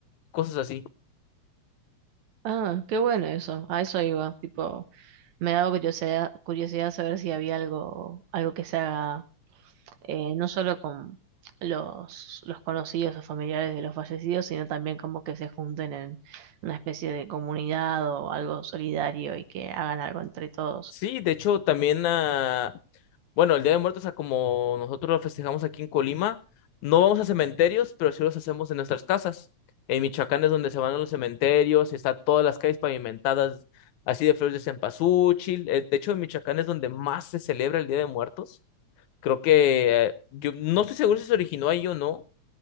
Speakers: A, on the left; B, on the right.
A: cosas así.
B: Ah, qué bueno eso, a eso iba, tipo, me daba curiosidad, curiosidad saber si había algo, algo que se haga eh, no solo con los, los conocidos o familiares de los fallecidos, sino también como que se junten en una especie de comunidad o algo solidario y que hagan algo entre todos.
A: Sí, de hecho, también, ah, bueno, el Día de Muertos, ah, como nosotros lo festejamos aquí en Colima, no vamos a cementerios, pero sí los hacemos en nuestras casas. En Michoacán es donde se van a los cementerios, está todas las calles pavimentadas así de flores de cempasúchil. Eh, de hecho, en Michoacán es donde más se celebra el Día de Muertos. Creo que eh, yo no estoy seguro si se originó ahí o no,